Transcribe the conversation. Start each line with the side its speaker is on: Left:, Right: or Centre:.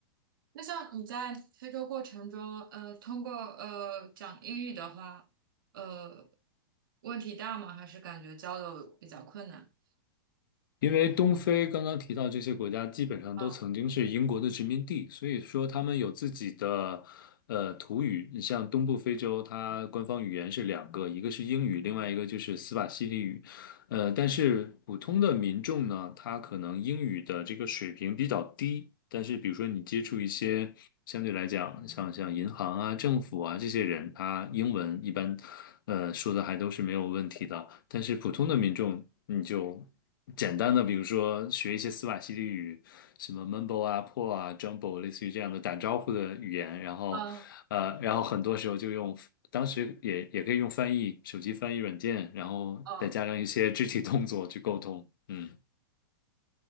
Right: 那像你在非洲过程中，呃，通过呃讲英语的话，呃，问题大吗？还是感觉交流比较困难？
Left: 因为东非刚刚提到这些国家，基本上都曾经是英国的殖民地，
Right: 嗯
Left: 所以说他们有自己的呃土语。你像东部非洲，它官方语言是两个，一个是英语，另外一个就是斯瓦希里语。呃，但是普通的民众呢，他可能英语的这个水平比较低，但是比如说你接触一些相对来讲，像像银行啊、政府啊这些人，他英文一般呃说的还都是没有问题的。但是普通的民众，你就简单的，比如说学一些斯瓦希里语，什么 Mumbo 啊、Po 啊、Jumbo，类似于这样的打招呼的语言，然后，
Right: 嗯
Left: 呃，<laughs> 然后很多时候就用，当时也也可以用翻译，手机翻译软件，然后再加上一些肢体动作去沟通，
Right: 嗯，
Left: 嗯，